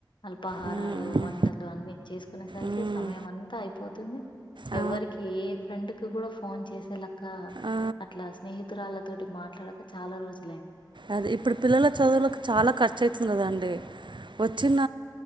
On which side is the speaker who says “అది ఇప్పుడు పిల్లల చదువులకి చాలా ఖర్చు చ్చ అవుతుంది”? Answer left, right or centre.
Right